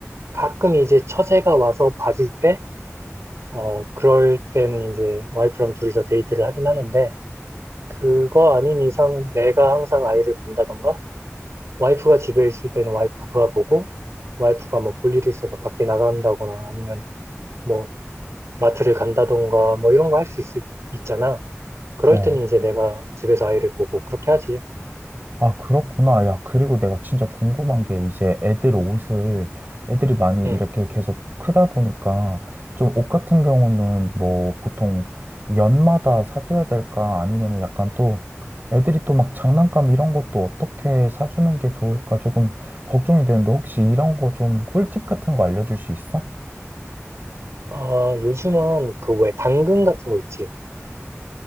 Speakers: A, on the right; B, on the right.
A: 가끔 이제 처제가 와서 봐줄 때, 어, 그럴 때는 이제 와이프랑 둘이서 데이트를 하긴 하는데, 그거 아닌 이상 내가 항상 아이를 본다던가, 와이프가 집에 있을 때는 와이프가 보고, 와이프가 뭐 볼 일이 있어서 밖에 나간다거나 아니면 뭐 마트를 간다던가 뭐 이런 거 할 수 있을, 있잖아. 그럴
B: 어.
A: 때는 이제 내가 집에서 아이를 보고 그렇게 하지.
B: 아, 그렇구나. 야, 그리고 내가 진짜 궁금한 게 이제 애들 옷을 애들이 많이
A: 응.
B: 이렇게 계속 크다 보니까 좀 옷 같은 경우는 뭐 보통 연마다 사줘야 될까 아니면은 약간 또 애들이 또 막 장난감 이런 것도 어떻게 사주는 게 좋을까 조금 걱정이 되는데 혹시 이런 거 좀 꿀팁 같은 거 알려줄 수 있어?
A: 어, 요즘은 그 왜 당근 같은 거 있지.